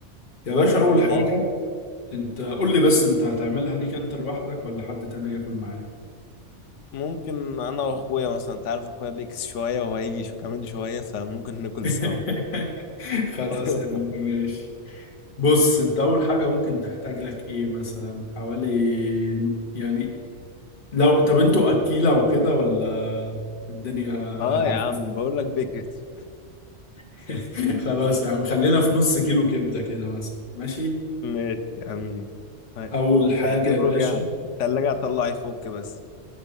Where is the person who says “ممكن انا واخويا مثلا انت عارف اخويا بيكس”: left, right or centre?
Left